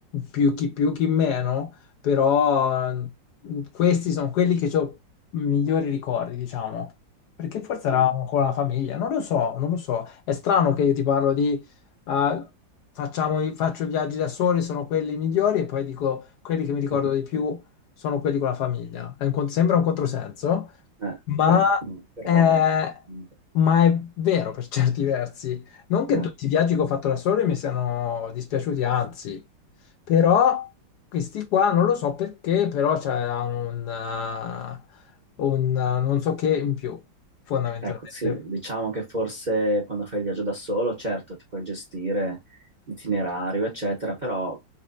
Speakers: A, on the left; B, on the right.
A: più chi più chi meno, però mm, questi sono quelli che ho migliori ricordi, diciamo, perché forse eravamo
B: mm.
A: con la famiglia, non lo so, non lo so, è strano che io ti parlo di ah, facciamo, i- faccio i viaggi da soli, sono quelli migliori e poi dico quelli che mi ricordo
B: Mhm.
A: di più sono quelli con la famiglia, È un con- sembra un controsenso.
B: Eh,
A: Ma
B: beh, mm, però
A: è,
B: ci sta.
A: ma è vero per certi versi. Non che
B: Eh,
A: tutti i viaggi che ho fatto da solo mi siano dispiaciuti, anzi, però questi qua non lo so perché, però c'è un, eh, un, eh, non so che in più, fondamentalmente.
B: ecco, sì, diciamo che forse quando fai il viaggio da solo, certo, ti puoi gestire l'itinerario, eccetera, però